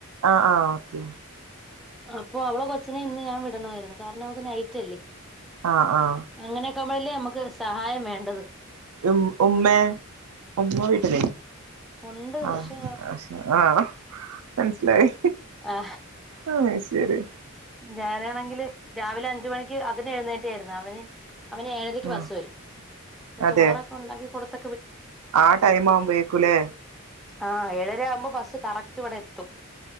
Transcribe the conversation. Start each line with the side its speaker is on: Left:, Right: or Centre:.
Right: ആ ആ ഓക്കെ
Centre: അപ്പൊ അവളെ കൊച്ചിനെ ഇന്ന് ഞാൻ വിടണമായിരുന്നു കാരണം അവക്ക് നൈറ്റല്ലേ
Right: ആഹ് ആഹ്
Centre: അങ്ങനെൊക്കെ്പഴല്ലേ നമുക്ക് സഹായം വേണം ണ്ടത്
Right: ഉ ഉമ്മ ഉമ്മ വീട്ടില
Centre: ഉണ്ട്
Right: ആ
Centre: പക്ഷെ
Right: ആ മനസിലായി
Centre: ആ
Right: ആ ശരി
Centre: ഞാനണെങ്കില് രാവിലെ അഞ്ച മണിക്ക് അതിന എഴുന്നേറ്റായിരുന്നു അവന് അവന് ഏഴരക്ക്
Right: ആഹ്
Centre: ബസ് വരും അപ്പൊ
Right: അതെ
Centre: ചോറൊക്കെ ഉണ്ടാക്കി കൊടുത്ത
Right: ആ ടൈം ആവുമ്പോയേക്കൂലേ
Centre: ആ് ഏഴര ആവുമ്പോ ബസ്സ് കറക്റ്റ് ഇവിടെ എത്തും